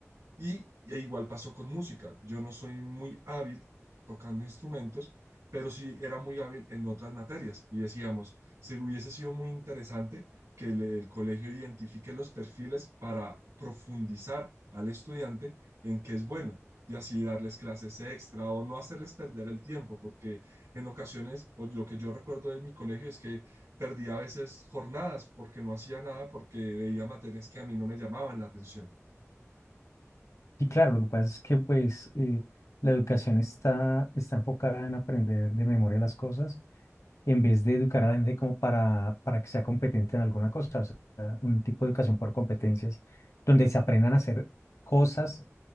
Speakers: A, on the right (about 85°); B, on the left (about 75°).
A: Y, y igual pasó con música. Yo no soy muy hábil tocando instrumentos, pero sí era muy hábil en otras materias. Y decíamos, se hubiese sido muy interesante que el, el colegio identifique los perfiles para profundizar al estudiante en qué es bueno y así darles clases extra o no hacerles perder el tiempo, porque en ocasiones, o lo que yo recuerdo de mi colegio es que perdía a veces jornadas porque no hacía nada, porque veía materias que a mí no me llamaban la atención.
B: Y claro, lo que pasa es que pues eh, la educación está, está enfocada en aprender de memoria las cosas en vez de educar a la gente como para, para que sea competente en alguna cosa, o sea, un tipo de educación por competencias, donde se aprendan a hacer cosas